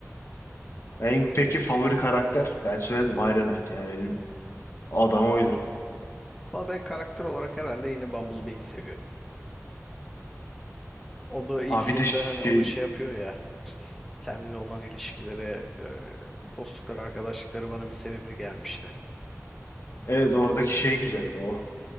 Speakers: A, on the left (about 60°); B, in the centre.
A: En peki favori karakter? Ben söyledim Iron Knight yani benim adam oydu.
B: Ama ben karakter olarak herhalde yine Bumblebee'yi seviyorum. O da ilk
A: Abi
B: filmde
A: de şey
B: hani onu şey yapıyor ya. işte Sam'le olan ilişkileri, e, dostlukları, arkadaşlıkları bana bir sevimli gelmişti.
A: Evet oradaki şey güzeldi o.